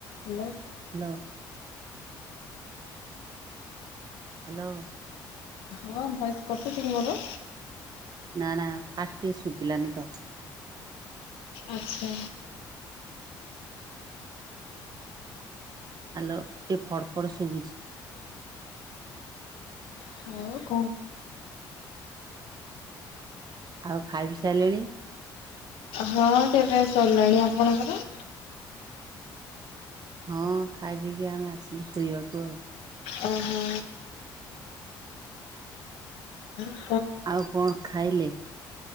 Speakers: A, on the left (about 85°); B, on the right (about 45°).
A: Hello
B: hello hello
A: ହଁ voice କଟୁଛି କି ମୋର
B: ନା ନା ଫାଷ୍ଟ ଟି ଶୁଭିଲାନି ତ
A: ଆଚ୍ଛା
B: ହ୍ୟାଲୋ ଟିକେ ଫଡ ଫଡ ଶୁଭୁଛି
A: ହଉ କଣ
B: ଆଉ ଖାଇ ପିଇ ସାରିଲେଣି?
A: ହଁ ଖିଆପିଆ ସରିଲାଣି ଆପଣଙ୍କର
B: ହଁ ଖାଇ ପିଇକି ଆମେ ଆସିଲୁ ଶୋଇବାକୁ ଆଉ
A: ଓହୋ ହୁଁ
B: ଆଉ କଣ ଖାଇଲେ।?